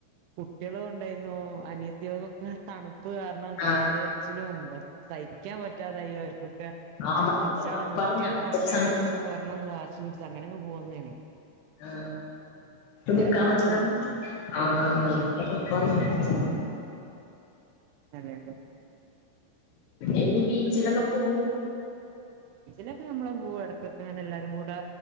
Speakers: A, on the right; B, on the left.
A: കുട്ടികള് ഉണ്ടായിന്നൂ അനിയത്തിയ ഒക്കെ തണു പ്പ് കാരണം
B: ആഹ്
A: കാല കടച്ച്ലും തയ്ക്കാൻ പറ്റാതായി അവർക്ക്
B: ആഹ് ഭയങ്കര
A: അവശാട
B: തണുപ്പാർന്നു
A: നിക്കല്
B: ഞങ്ങള്
A: വേണ്ട
B: പോയ സമയത്ത്
A: തിരിച്ചു പോരണംന്ന് വാശി പിടിച്ച അങ്ങനെങ് പോന്ന്ഞങ്ങള്
B: ആ നിക്കാ
A: തണുപ്പുള്ളൊരു
B: <unintelligible>
A: സമയം ആഹ് അതെ അതെ അതെ
B: ഇനി ബീച്ചിലൊക്കെ പോവും
A: ലക്കെ ഞമ്മള് പോവു ഇടക്കൊക്കെങ്ങനെല്ലാരും കൂടെ